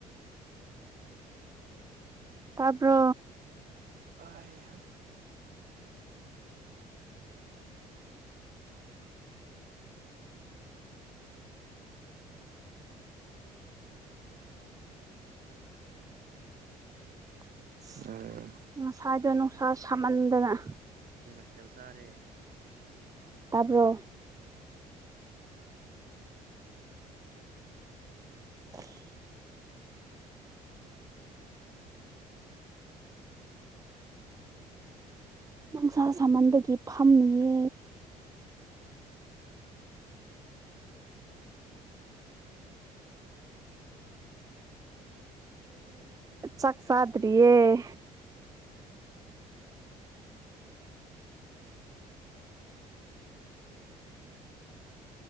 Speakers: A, on the right (about 15°); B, on the right (about 50°).
A: ꯇꯄꯣ
B: ꯑꯍ
A: <inaudible>
B: ꯎꯝ
A: ꯉꯁꯥꯏꯗꯣ ꯅꯨꯡꯁꯥ ꯁꯥꯍꯟꯗꯅ
B: ꯊꯦꯜꯁꯥꯔꯦ
A: ꯇꯥꯄꯔꯣ <inaudible> ꯅꯨꯡꯁꯥ ꯁꯥꯍꯟꯕꯒꯤ ꯐꯝꯃꯤꯌꯦ ꯆꯈꯁꯗ꯭ꯔꯤꯌꯦꯦ